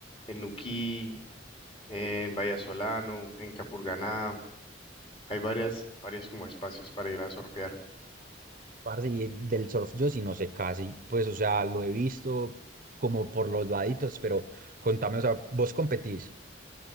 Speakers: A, on the left (about 30°); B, on the right (about 45°).
A: En Nuquí, en Solano, en Capurganá, hay varias, varias como espacios para ir a surfear.
B: Parce, y del surf yo sí no sé casi. Pues, o sea, lo he visto como por los laditos, pero contame, o sea, ¿vos competís?